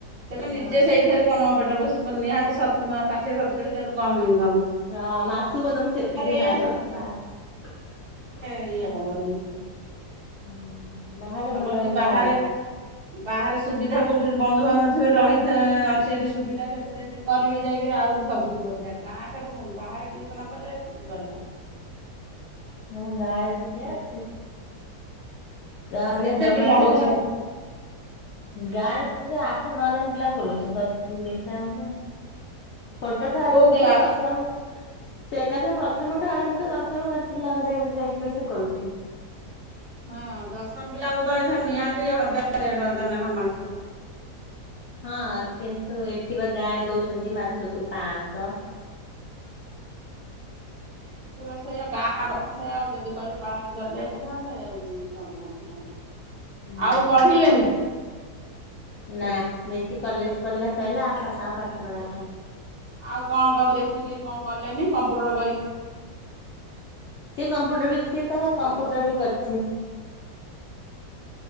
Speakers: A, on the right; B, on the left.
A: ତମେ
B: ହଁ
A: ନିଜେ ସେଇଥିରେ ତମ ପେଟ ପୋଷିବ ନିହାତି ସତ୍ ଷାଠିଏ ସତୁରି ହଜାରରୁ କମ ଇନ
B: ହଁ ମାସକୁ ତମେ ସେତିକି
A: ଏଇଆ
B: ବାହାରିବ ବାହାର
A: ଦିଆ ହବନି।
B: ହୁଁ, ବାହାରେ
A: ତମର
B: ଭଲ
A: ଯଦି
B: ଅନ୍ଧାର।
A: ବାହାରେ ବାହାରେ ସୁବିଧା କୋଉଠି ବନ୍ଧୁ ବାନ୍ଧବ ଥିବେ ରହିଥେବେ ଅଛି ଯଦି ସୁବିଧା ସେଠି ଯଦି କରିବେ ଯାଇକିରି ଆହୁରି ସବୁଠୁ ବଢିଆ ଗାଁ ଠାରୁ ବାହାରେ ଟିଉସନ କଲେ ଗଲା। <unintelligible>
B: ତମ ଗାଁରେ
A: ପଇସା।
B: ଗାଁ ବାଲା
A: କେତେ
B: ଜମା
A: ପିଲା
B: ଦେବେ
A: ହଉଛନ୍ତି
B: ନା ଗାଁରେ? ଯା ଆଠ ନଅ ଜଣ ପିଲାଙ୍କୁ କରୁଛି ତ ଦେଖିଲା ବେଳକୁ ଛୋଟଠୁ ଆରମ୍ଭ
A: କୋଉ କ୍ଲା
B: କରି ଦଶମ ସେ ଏକାଥରେ ପ୍ରଥମ ଠୁ ଆରମ୍ଭ କରି ଦଶମ କ୍ଲାସ ପିଲାଙ୍କ ଦେଇ ଦେଇଁକିରି ସେ କରୁଛି।
A: ହଁ ଦଶମ ପିଲାଙ୍କୁ ତ ଏଇଖା ନିହାତି ହଜାର ଦେଢ ହଜାର ନେଖା ମାସକୁୁ।
B: ହଁ କିନ୍ତୁ ଏଠି ବା ଗାଁରେ ଦଉଛନ୍ତି ମାସକୁ ପାଁଶହ।
A: <inaudible> ହଁ ସେଇଆ ଗାଁ କଥା ତ ସେଇୟା ଆଉ ଯଦି କରିବେ ବାହାରକୁ ଚାଲି ଯାଇଥାନ୍ତେ। ହଁ ଗୁଡ୍‌ ଗୁଡ୍‌
B: ହୁଁ
A: ଆଉ
B: ହୁଁ
A: ପଢିଲେନି?
B: ବାସ୍ ନା ଯେତି କଲେଜ ପଢିଲା ସଇଲା ଆ ଆଉ ପାଠ ପଢା ନାହିଁ।
A: ଆଉ କଣ କର ଦେଖିକି କଣ କଲେନି କମ୍ପ୍ୟୁଟର କରିକି?
B: ସେ କମ୍ପୁଟର ବି ସିଏ ତାର
A: କରିକି
B: କମ୍ପୁଟର ବି କରିଛି?